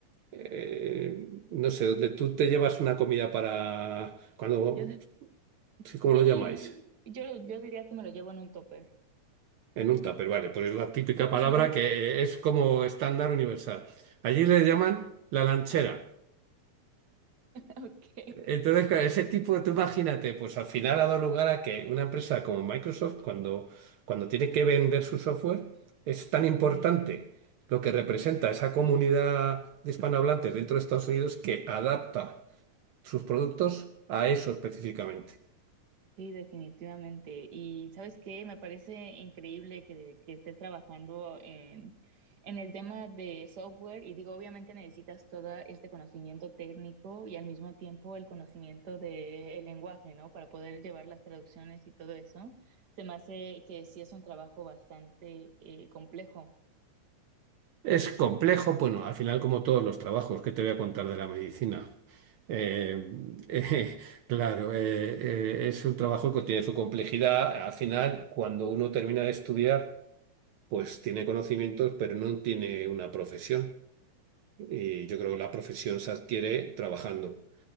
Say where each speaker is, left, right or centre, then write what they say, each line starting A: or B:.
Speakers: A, on the right; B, on the right.
A: Eh, no sé, donde tú te llevas una comida para, cuando,
B: Yo, di-
A: sí, ¿cómo
B: sí,
A: lo llamáis?
B: yo, lo- yo diría que me lo llevo en un topper.
A: En un tupper, vale, pues es la típica palabra
B: <laughs>
A: que es como estándar universal. Allí le llaman la lanchera.
B: Ok.
A: Entonces, claro, ese tipo de, tú imagínate, pues al final ha dado lugar a que una empresa como Microsoft, cuando, cuando tiene que vender su software, es tan importante
B: Sí.
A: lo que representa esa comunidad de hispanohablantes dentro de Estados Unidos que adapta sus productos a eso específicamente.
B: Sí, definitivamente. Y sabes qué, me parece increíble que, que estés trabajando en, en el tema de software y digo, obviamente necesitas todo este conocimiento técnico y al mismo tiempo el conocimiento del lenguaje, ¿no? Para poder llevar las traducciones y todo eso. Se me hace que sí es un trabajo bastante eh, complejo.
A: Es complejo, bueno, al final como todos los trabajos que te voy a contar de la medicina. Eh, eh, <laughs> claro, eh, eh, es un trabajo que tiene su complejidad. Al final, cuando uno termina de estudiar, pues tiene conocimientos, pero no tiene una profesión. Y yo creo que la profesión se adquiere trabajando.